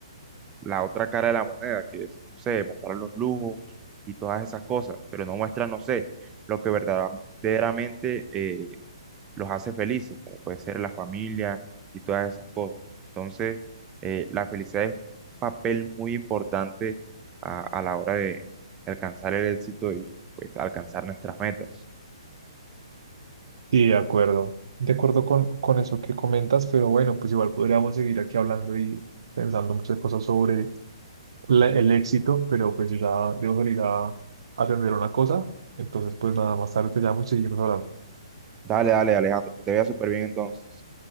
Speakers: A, on the right (about 20°); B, on the right (about 60°).
A: la otra cara de la moneda, que es, no sé, mostrar los lujos y todas esas cosas, pero no muestra, no sé, lo que verdaderamente eh, los hace felices, como puede ser la familia y todas esas cosas. Entonces, eh, la felicidad es un papel muy importante a, a la hora de alcanzar el éxito y pues, alcanzar nuestras metas.
B: Sí, de acuerdo. De acuerdo con, con eso que comentas, pero bueno, pues igual podríamos seguir aquí hablando y pensando muchas cosas sobre la- el éxito, pero pues yo ya debo salir a atender una cosa. Entonces, pues nada, más tarde te llamo y seguimos hablando.
A: Dale, dale, Alejandro, que te vea súper bien entonces.